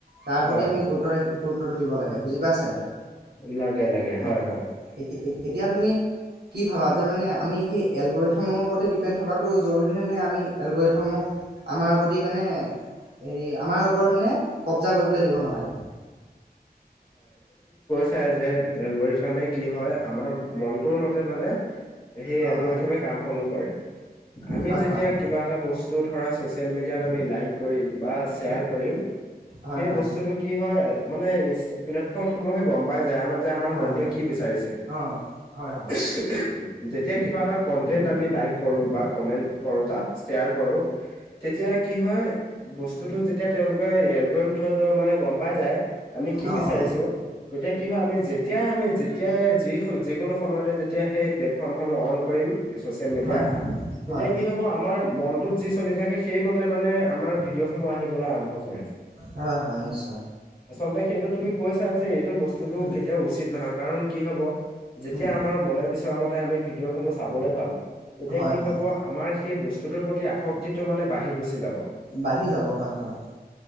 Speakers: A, on the right (about 80°); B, on the left (about 25°).
A: তাৰ
B: হয়
A: প্ৰতি আমি গুৰুত্ব ৰাখি, গুৰুত টো দিব লাগে বুজি পাইছা এতিয়া।
B: লাগে লাগে হয়',
A: উম
B: হয়।
A: এতিয়া এতিয়া তুমি কি ভাবা যে মানে আমি সেই এলগৰিথমৰ ওপৰতে ডিপেণ্ড থকাটো জৰুৰী নে নাই আমি এলগৰিথমক আমাৰ প্ৰতি মানে হেৰি আমাৰ মানে কব্জা কৰিবলৈ দিব নালাগে।
B: চাই যে এলবৰ ফাৰ্মে কি হয় আমাৰ মনটোৰ মতে মানে। সেই
A: অ
B: এলগৰিথমে
A: অ
B: কামসমূহ কৰে আমি
A: হয়
B: যেতিয়া
A: হয় হয়
B: কিবা এটা বস্তু ধৰা চচিআল মিডিয় আমি লাইক কৰিম বা শ্ৰেয়াৰ কৰিম।
A: হয়
B: সেই
A: হয়
B: বস্তুতটো কি হয় মানে ই প্লেটফৰ্ম সমূহে গম পাই যায় আমাৰ যে আমাৰ
A: হয়
B: মনটো
A: হয়
B: কি বিচাৰিছে।
A: অ হয়', হয়।
B: <inaudible> যেতিয়া কিবা এটা কন্টেন্ট আমি লাইক কৰো বা কমেন্ট কৰো তাত শ্বেয়াৰ কৰো। তেতিয়া কি হয় বস্তুতটো যেতিয়া তেওঁলোকে এল্টৰি থো মানে গম পাই যায় আমি কি
A: অ
B: বিচাৰিছো।
A: অ
B: তেতিয়া কি হয় আমি যেতিয়াাই আমি যেতিয়াই যি যিকোনো সময়তে যেতিয়া সেই ফৰ্মসমূহ অন কৰিম ছচিয়েল মিডিয়া।
A: হয় হয়
B: তেতিয়া
A: হয়
B: কি হব আমাৰ মনটোত যি চলি থাকে সেইমতে মানে আমাৰ ভিডিঅ' সমূহ আহিবলৈ আৰম্ভ কৰে
A: হয় হয় নিশ্চয়
B: আচলতে সেইটো তুমি কৈছা যে এইটো বস্তুতটো
A: উম
B: কেতিয়াও উচিত নহয় কাৰণ কি হব যেতিয়া
A: উম
B: আমাৰ মনে বিচৰা মতে আমি ভিডিঅ'সমূহ চাবলৈ পাম। তেতিয়া
A: হয়
B: কি
A: হয়
B: হব আমাৰ সেই বস্তুটোৰ প্ৰতি আসক্তিটো মানে বাঢ়ি গুচি যাব।
A: বাঢ়ি যাব হয়', হয়।